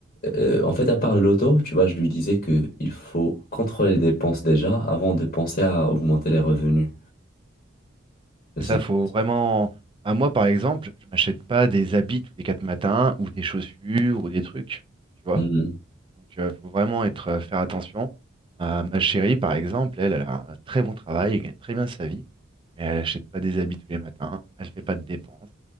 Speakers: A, on the left; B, on the right.
A: euh, en fait, à part le loto, tu vois, je lui disais que il faut contrôler les dépenses déjà avant de penser à augmenter les revenus.
B: Et
A: C'est-
B: ça, faut vraiment. Bah, moi, par exemple, je m'achète pas des habits tous les quatre matins ou des chaussures ou des trucs, tu vois.
A: Mhm.
B: Donc, il faut vraiment être, euh, faire attention. Ma, ma chérie, par exemple, elle, elle a un très bon travail, elle gagne très bien sa vie, mais elle achète pas des habits tous les matins, elle fait pas de dépenses.